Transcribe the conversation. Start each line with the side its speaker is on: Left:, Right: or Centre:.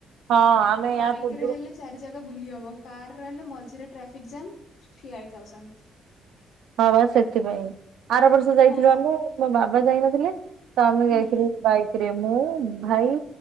Right: ହଁ ଆମେ
Left: ବାଇକରେ
Right: ୟା ପୂର୍ବରୁ
Left: ହେଲେ ଚାରି ଜାଗା ବୁଲି ହବ, କାର ହେଲେ ମଝିରେ ଟ୍ରାଫିକ ଜାମ୍ ଠିଆ ହେଇଥାଅ ସେମତି।
Right: ହଁ ବା ସେଥିପାଇଁ ଏମିତି, ଆର ବର୍ଷ ଯାଇଥିଲୁ
Left: ହଁ
Right: ଆମେ ମୋ ବାବା ଯାଇନଥିଲେ। ତ ଆମେ
Left: ହୁଁ
Right: ଯାଇଥିଲୁ ବାଇକରେ ମୁଁ, ଭାଇ,